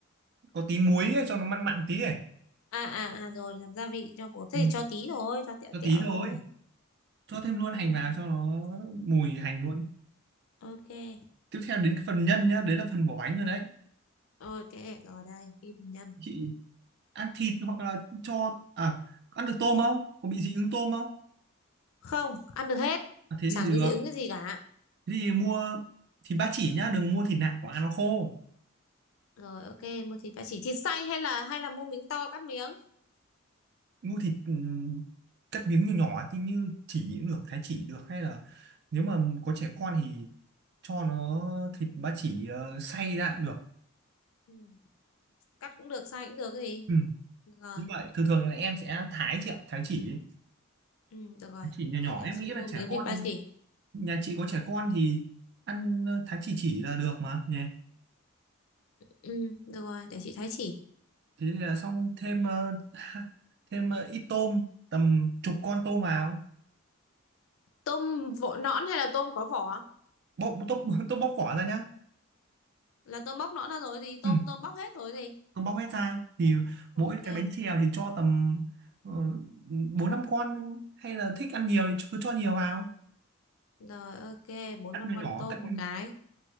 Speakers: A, on the right (about 50°); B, on the left (about 70°).
A: có tí muối ấy, cho nó mặn mặn tí ấy
B: à à à rồi làm gia vị cho bột thế
A: ừ.
B: thì cho tí thôi cho tẹo
A: cho
B: tẹo
A: tí thôi
B: thôi
A: cho thêm luôn
B: Ừ.
A: hành vào cho nó mùi hành luôn
B: ok
A: tiếp theo đến cái phần nhân nhá đấy là phần vỏ bánh rồi đấy
B: ok rồi đây ghi bằng nhân
A: chị ăn thịt hoặc là cho à ăn được tôm không có bị dị ứng tôm không
B: không ăn được hết
A: à, thế
B: chẳng
A: thì được
B: cái gì ứng cái gì cả
A: thế thì mua thịt ba chỉ nhá đừng mua thịt nạc của ăn nó khô
B: rồi ok mua thịt ba chỉ thịt xay hay là hay là mua miếng to cắt miếng
A: mua thịt ừm, cắt miếng nhỏ nhỏ như, như chỉ cũng được thái chỉ được hay là nếu mà có trẻ con thì cho nó thịt ba chỉ ờ, xay ra cũng được
B: ừ. cắt cũng được xay cũng được cái gì
A: Ừ,
B: được rồi
A: như vậy thường thường là em sẽ thái chị ạ thái chỉ ấy.
B: ừ, được rồi
A: thái chỉ nhỏ nhỏ
B: đây để
A: em
B: chị
A: nghĩ
B: mua
A: là trẻ
B: miếng
A: con
B: thịt ba chỉ
A: nhà chị có trẻ con thì ăn ờ, thái chỉ chỉ là được mà nhỉ
B: ừ, được rồi để chị thái chỉ
A: thế là xong thêm ờ, ha- thêm ờ, ít tôm tầm chục con tôm vào
B: tôm vỏ nõn hay là tôm có vỏ
A: bóc tôm <laughs> tôm bóc vỏ ra nhá
B: là tôm bóc nõn ra rồi gì tôm
A: ừ,
B: tôm bóc hết rồi gì
A: tôi bóc hết ra thì
B: ok
A: mỗi cái bánh xèo thì cho tầm ờ, bốn năm con hay là thích ăn nhiều thì cứ cho nhiều vào
B: Rồi ok, bốn
A: cắt
B: năm
A: nhỏ
B: con
A: nhỏ
B: tôm
A: cắt
B: một cái.